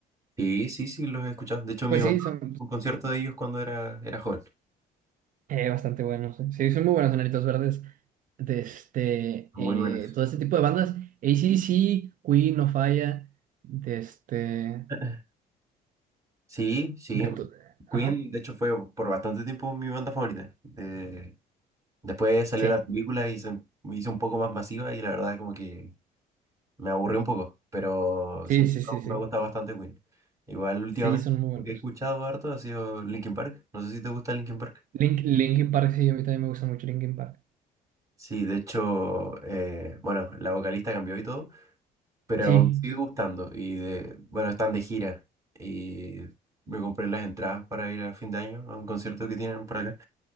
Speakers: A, on the right; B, on the right.
A: Sí, sí, sí, los he escuchado. De hecho, mi
B: Pues
A: mamá,
B: sí, son
A: un concierto de ellos cuando era, era joven.
B: eh, bastante buenos. eh. Sí, son muy buenos Enanitos Verdes. De este,
A: Muy
B: eh,
A: buenas.
B: todo este tipo de bandas. AC/DC, Queen, No Falla. De este.
A: <laughs> Sí, sí.
B: De to-
A: Queen,
B: Ajá.
A: de hecho, fue por bastante tiempo mi banda favorita. De- después salió
B: Sí.
A: la película y se me hizo un poco más masiva y la verdad como que me aburrió un poco, pero siempre
B: Sí, sí, sí, sí.
A: me ha gustado bastante Queen. Igual últimamente
B: Sí, son muy buenos.
A: lo que he escuchado harto ha sido Linkin Park. No sé si te gusta Linkin Park.
B: Link, Linkin Park, sí, a mí también me gusta mucho Linkin Park.
A: Sí, de hecho, eh, bueno, la vocalista cambió y todo, pero
B: Sí.
A: me sigue gustando y de, bueno, están de gira y me compré las entradas para ir a fin de año a un concierto que tienen por acá.